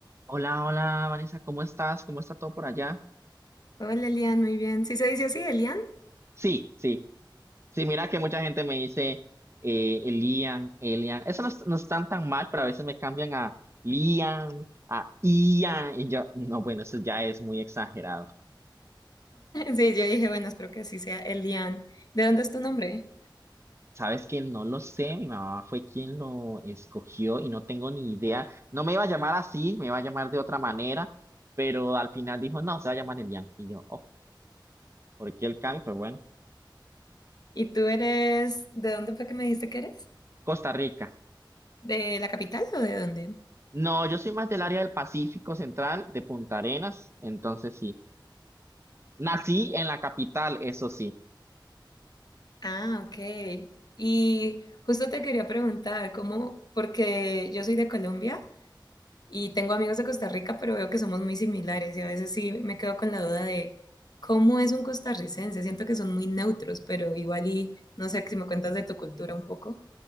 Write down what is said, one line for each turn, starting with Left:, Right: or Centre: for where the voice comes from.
Right: Hola, hola, Vanessa, ¿cómo estás? ¿Cómo está todo por allá?
Left: Hola Elian, muy bien. ¿Sí se dice así, Elian? <laughs>
Right: Sí, sí, sí, mira que mucha gente me dice eh, Elian, Elian. Eso no, es- no están tan mal, pero a veces me cambian a Lian, a Ian, y yo, no, bueno, eso ya es muy exagerado.
Left: Sí, yo dije, bueno, espero que así sea Elian. ¿De dónde es tu nombre?
Right: ¿Sabes quién No lo sé, mi mamá fue quien lo escogió y no tengo ni idea. No me iba a llamar así, me iba a llamar de otra manera, pero al final dijo, no, se va a llamar Elian. Y yo, ok, ¿por qué el cambio? Pues bueno,
Left: ¿Y tú eres, de dónde fue que me dijiste que eres?
Right: Costa Rica.
Left: ¿De la capital o de dónde?
Right: No, yo soy más del área del Pacífico Central, de Punta Arenas, entonces sí. Nací en la capital, eso sí.
Left: Ah, ok. Y justo te quería preguntar, ¿cómo? Porque yo soy de Colombia y tengo amigos de Costa Rica, pero veo que somos muy similares y a veces sí me quedo con la duda de cómo es un costarricense. Siento que son muy neutros, pero igual y no sé si me cuentas de tu cultura un poco.